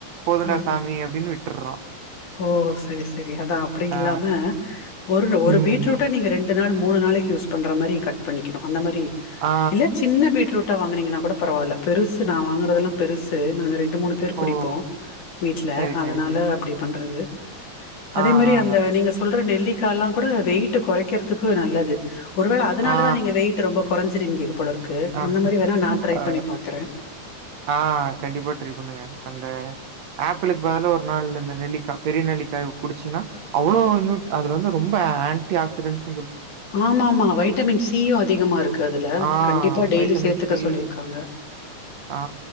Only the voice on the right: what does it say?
போதுண்டா
சாமி அப்படின்னு விட்டுர்றோம்.
ஆ
ம்.
ஆ.
ஓ!
சரி,
சரி, சரி.
ஆ,
ஆ,
ஆ.
ஆ.
அ.
ஆ கண்டிப்பா ட்ரை பண்ணுங்க அந்த ஆப்பிளுக்கு பதிலா ஒரு நாள் இந்த நெல்லிக்கா பெரிய நெல்லிக்காய குடிச்சீங்ன்னா அவ்ளோ நியூட் அதுல வந்து ரொம்ப ஆன்டி ஆக்சிடென்ட்
ஆ
வைட்டமின்
சி
ஆ